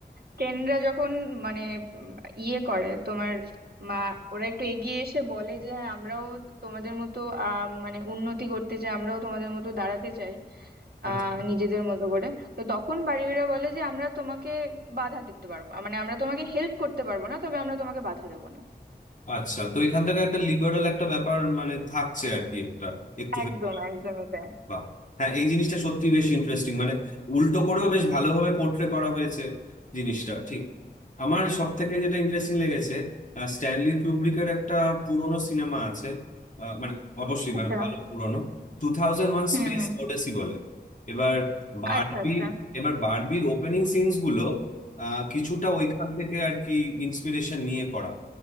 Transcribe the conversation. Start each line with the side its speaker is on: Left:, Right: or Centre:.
Right: টেনরা যখন মানে উম, ইয়ে করে তোমার মা ওরা একটু এগিয়ে এসে বলে যে হ্যাঁ আমরাও তোমাদের মতো আহ, মানে উন্নতি করতে চাই আমরাও তোমাদের মতো দাঁড়াতে চাই আহ,
Left: আচ্ছা
Right: নিজেদের মতো করে তো তখন বাড়িওয়ালা বলে যে আমরা তোমাকে বাধা দিতে পারবো মানে আমরা তোমাকে হেল্প করতে পারবো না তবে আমরা তোমাকে বাধা দেবো না
Left: আচ্ছা তো এখান থেকে একটা লিবারেল একটা ব্যাপার মানে থাকছে আর কি একটা একটুখানি
Right: একদম একদমই তাই
Left: বাহ হ্যাঁ এই জিনিসটা সত্যি বেশ ইন্টারেস্টিং মানে উল্টো করেও বেশ ভালোভাবে পোর্ট্রে করা হয়েছে জিনিসটা ঠিক আমার সব থেকে যেটা ইন্টারেস্টিং লেগেছে আহ, স্ট্যানলি কুব্রিকের একটা পুরনো সিনেমা আছে আহ, মানে অবশ্যই
Right: আচ্ছা
Left: মানে ভালো পুরনো two thousand one
Right: হুম
Left: space
Right: হুম
Left: odyssey বলে এবার বারবি
Right: আচ্ছা আচ্ছা
Left: এবার বারবির ওপেনিং সিনস গুলো আহ, কিছুটা ওইখান থেকে আর কি ইন্সপিরেশন নিয়ে করা